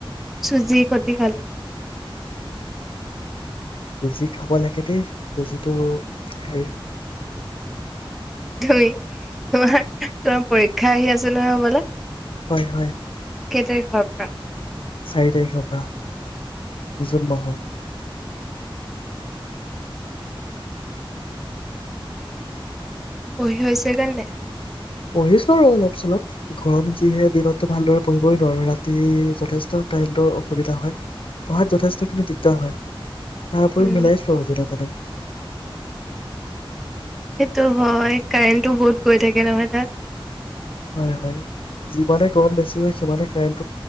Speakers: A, in the centre; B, on the left (about 70°).
A: চুজি সতি খালো।
B: চুজি খাব লাগে দে চুজিটো হেৰি
A: ধুই তোমাৰ, তোমাৰ পৰীক্ষা আহি আছে নহয় হ'বলা?
B: হয়, হয়।
A: কেতাৰিখৰ পৰা?
B: চাৰি তাৰিখৰ পৰা জুন মাহৰ।
A: পঢ়ি হৈছে গৈ নে নাই?
B: পঢ়িছো আৰু অলপ চলপ ঘৰম যিহে দিনততো ভালদৰে পঢ়িবই নোৱাৰো ৰাতি যথেষ্ট তাইলটৰ অসুবিধা হয়, পঢ়াত যথেষ্টখিনি দিগদাৰ হয়। তাৰ উপৰি
A: উম
B: মিলাইছো যেনে তেনে।
A: টো হয়, কাৰেণ্টটো বহুত গৈ থাকে নহয় তাত।
B: হয়, হয় যিমানে গৰম বেছি সিমানে কাৰেণ্ট